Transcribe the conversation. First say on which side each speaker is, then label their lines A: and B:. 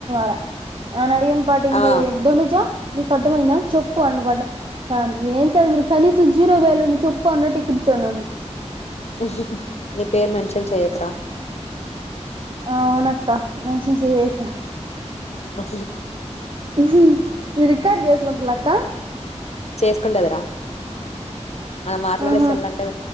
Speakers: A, on the right; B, on the left.
A: ర అనా పాడియన్ పాటింగ్కాయ
B: ఆ
A: దోన చ నీకు అర్థమైందా చెప్పు అన్న పడ్డా సార్ ఏం సార్ మీరు కనీస జీరో వేలుని చెప్పు అన్న టిక్కెట్ ఇచ్చాండి నన్ను
B: ఆ నీ పేరు మెన్షన్ చెయకరా
A: ఆ అవునక్క మెన్షన్ చేసేసా
B: ఆ
A: ఇది రికార్డ్ చేసుకుంటుల్లాక్క
B: చేసుకుండదిరా మనం మాట్లాడే
A: ఆహా
B: సొల్ అంతా